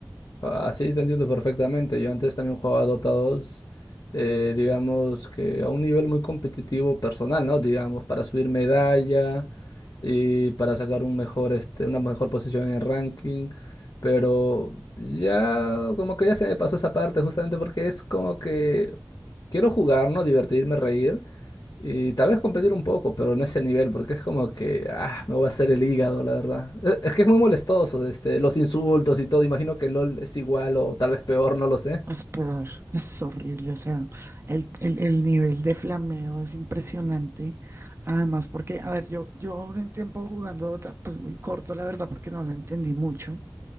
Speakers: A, on the left; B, on the right.
A: así te entiendo perfectamente, yo antes también jugaba Dota 2, eh, digamos que a un nivel muy competitivo personal, ¿no? Digamos, para subir medalla y para sacar un mejor, este, una mejor posición en el ranking. Pero ya, como que ya se me pasó esa parte justamente porque es como que quiero jugar, ¿no? Divertirme, reír y tal vez competir un poco, pero no ese nivel porque es como que, ah, me voy a hacer el hígado, la verdad. E- Es que es muy molestoso, este, los insultos y todo. Imagino que LOL es igual o tal vez peor, no lo sé.
B: Es peor, es horrible, o sea, el, el- el nivel de flameo es impresionante. Además, porque, a ver, yo, yo duré un tiempo jugando Dota, pues muy corto, la verdad, porque no lo entendí mucho.